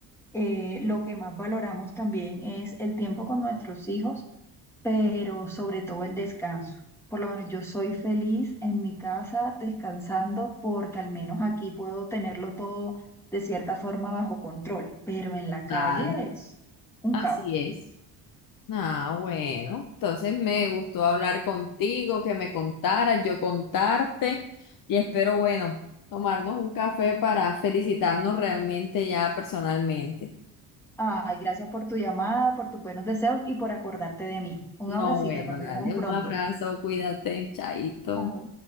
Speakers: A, in the centre; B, on the left (about 50°).
A: eh, lo que más valoramos también es el tiempo con nuestros hijos, pero sobre todo el descanso. Por lo menos yo soy feliz en mi casa descansando porque al menos aquí puedo tenerlo todo de cierta forma bajo control, pero en la calle
B: Tal,
A: es un
B: así
A: caos.
B: es. Ah, bueno, entonces me gustó hablar contigo, que me contaras, yo contarte y espero, bueno, tomarnos un café para felicitarnos realmente ya personalmente.
A: Ay, gracias por tu llamada, por tus buenos deseos y por acordarte de mí. Un
B: No,
A: abracito,
B: bueno,
A: nos
B: dale
A: vemos pronto.
B: un abrazo, cuídate, chaito.
A: Chao.